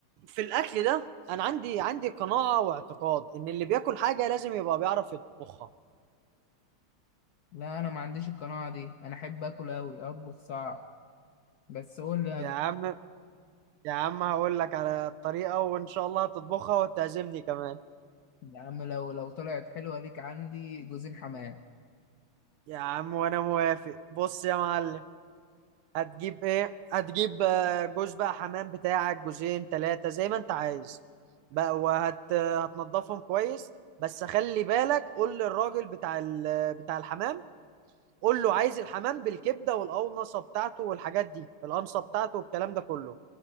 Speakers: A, on the right (about 85°); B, on the left (about 65°).
A: في الاكل ده انا عندي عندي قناعه واعتقاد ان اللي بياكل حاجه لازم يبقى بيعرف يطبخها
B: لا انا ما عنديش القناعة دي انا احب اكل اوي اطبخ صعب بس قول لي
A: يا عم يا عم هقول لك على الطريقة وإن شاء الله هتطبخها وتعزمني كمان
B: يا عم لو لو طلعت حلوة ليك عندي جوزين حمام
A: يا عم وأنا موافق بص يا معلم هتجيب إيه؟ هتجيب آه، جوز بقى حمام بتاعك جوزين تلاتة زي ما أنت عايز بقى وهت آه، هتنضفهم كويس بس خلي بالك قول للراجل بتاع ال... بتاع الحمام قول له عايز الحمام بالكبده والقونصه بتاعته والحاجات دي القمصه بتاعته والكلام ده كله